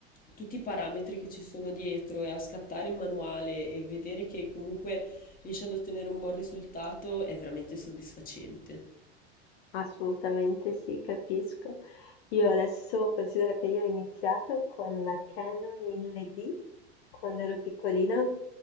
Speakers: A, on the left (about 25°); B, on the left (about 65°).
A: tutti i parametri che ci sono dietro e a scattare in manuale e vedere che comunque riesci ad ottenere un buon risultato è veramente soddisfacente.
B: Assolutamente sì, capisco. Io adesso considero che io ho iniziato con la Canon 1000D quando ero piccolina.